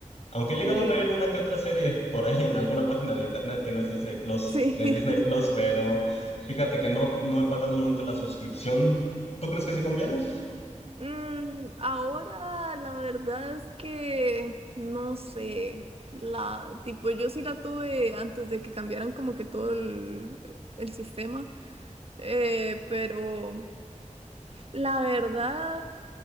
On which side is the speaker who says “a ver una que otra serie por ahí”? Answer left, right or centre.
Left